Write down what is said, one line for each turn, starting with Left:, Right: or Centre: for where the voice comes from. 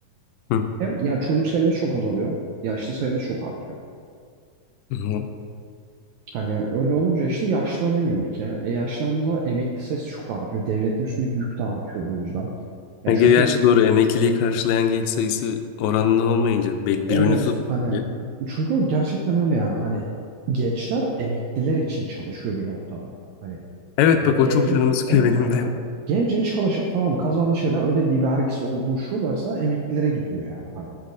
Left: ha.
Right: hem ya çocuk sayımız çok azalıyor. Yaşlı sayımız çok artıyor.
Left: Hı hı.
Right: Hani öyle olunca işte yaşlanıyor ülke. E yaşlandığı zaman emekli sayısı çok artıyor. Devletin üstündeki yük de artıyor bu yüzden. Ya
Left: Ya Gerçi
Right: çünkü
Left: doğru emekliliği karşılayan genç sayısı oranlı olmayınca bel-
Right: evet
Left: birbirini tutmuyor.
Right: hani çünkü gerçekten öyle yani. Hani gençler emekliler için çalışıyor bir noktada. Hani
Left: Evet
Right: Ya
Left: bak
Right: gencin
Left: o çok canımı sıkıyor
Right: evet
Left: benim
Right: ya
Left: de.
Right: hani gencin çalışıp tamam kazandığı şeyden ödediği vergisi olduğu şu varsa emeklilere gidiyor yani hani.